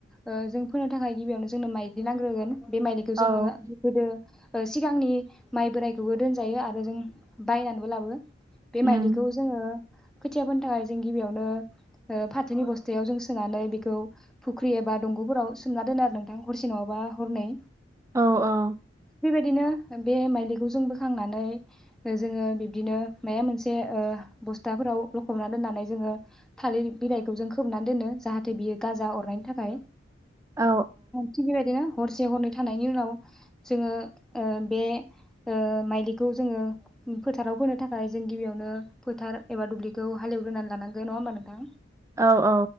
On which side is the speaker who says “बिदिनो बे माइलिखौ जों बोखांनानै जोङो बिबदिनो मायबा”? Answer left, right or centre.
Centre